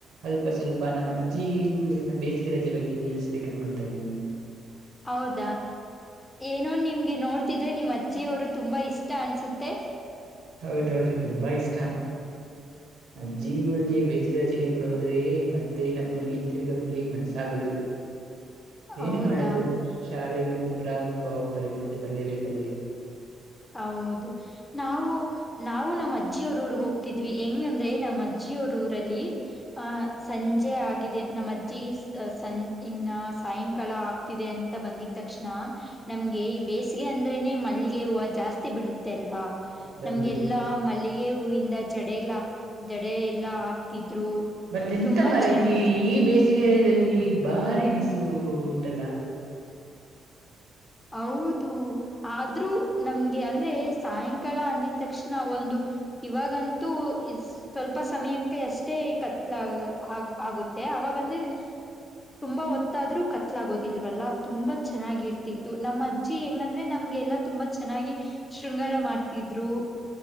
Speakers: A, on the right; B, on the left.
A: ಅಲ್ಪ ಸ್ವಲ್ಪ ನಮ್ಮ ಅಜ್ಜಿ ಊರಿನ ಬೇಸಿಗೆ ರಜೆ ಬಗ್ಗೆ ತಿಳಿಸಬೇಕು ಅನ್ಕೊತಾ ಇದ್ದೀನಿ.
B: ಹೌದಾ ಏನೋ ನಿಮ್ಗೆ ನೋಡ್ತಿದ್ರೆ ನಿಮ್ಮ್ ಅಜ್ಜಿಯವರು ತುಂಬಾ ಇಷ್ಟ ಅನ್ಸುತ್ತೆ.
A: ಹೌದೌದು ತುಂಬಾ ಇಷ್ಟ‌. ಅಜ್ಜಿ ಊರಿಗೆ ಬೇಸಿಗೆ ರಜೆಗಳಿಗೆ ಹೋದ್ರೆ ಮತ್ತೆ ನಮ್ಮೂರಿಗೆ ಹಿಂತಿರ್ಗೋಕೆ ಮನಸ್ಸು ಆಗದು.
B: ಹೌದಾ
A: ಏನು ಮಾಡೋದು ಶಾಲೆಗಳು ಪುನರಾರಂಭ ಆಗುತ್ತವೆ ಮತ್ತೆ ಬರಲೇಬೇಕಲ್ವೇ.
B: ಹೌದು ನಾವು ನಾವು ನಮ್ಮ ಅಜ್ಜಿಯವರ ಊರಿಗೆ ಹೋಗ್ತಿದ್ವಿ ಹೆಂಗಂದ್ರೆ ನಮ್ಮ ಅಜ್ಜಿಯರ ಊರಲ್ಲಿ ಆ ಸಂಜೆ ಆಗಿದೆ ನಮ್ಮ ಅಜ್ಜಿ ಸಂ ಇನ್ನ ಸಾಯಂಕಾಲ ಆ ತಿದೆ ಅಂತ ಬಂದಿದ್ ತಕ್ಷಣ ನಮ್ಗೆ ಬೇಸಗೆ ಅಂದ್ರೇನೆ ಮಲ್ಲಿಗೆ ಹೂ ಜಾಸ್ತಿ ಬಿಡುತ್ತೆ ಅಲ್ವಾ
A: ಹೌದೌದು
B: ನಮಗೆ ಎಲ್ಲಾ ಮಲ್ಲಿಗೆ ಹೂವಿಂದ ಜಡೆಗಳ ಜಡೆ ಎಲ್ಲಾ ಹಾಕ್ತಿದ್ರು.
A: ಮತ್ತ್ ಎಂತ
B: ತುಂಬಾ
A: ಮರೈತಿ
B: ಚೆನ್ನಾಗಿ
A: ಈ ಬೇಸಿಗೆಯಲ್ಲಿ ಬಾರಿ ಬಿಸಿಲು ಉಂಟಲ್ಲ.
B: ಹೌದು ಆದ್ರೂ ನಮ್ಗೆ ಅಂದ್ರೆ ಸಾಯಂಕಾಲ ಅಂದಿದ್ ತಕ್ಷಣ ಒಂದು ಇವಾಗಂತೂ ಇಸ್ ಸ್ವಲ್ಪ ಸಮಯಕ್ಕೆ ಅಷ್ಟೇ ಕತ್ತಲು ಆ ಆಗುತ್ತೆ ಅವಾಗಂದ್ರೆ ತುಂಬಾ ಹೊತ್ತಾದ್ರೂ ಕತ್ಲಾಗೋದಿಲ್ವಲ್ಲ ತುಂಬಾ ಚೆನ್ನಾಗಿರ್ ತ್ತಿತ್ತು ನಮ್ಮ ಅಜ್ಜಿ ಹೆಂಗಂದ್ರೆ ನಮ್ಗೆಲ್ಲಾ ತುಂಬಾ ಚೆನ್ನಾಗಿ ಶೃಂಗಾರ ಮಾಡ್ತಿದ್ರು.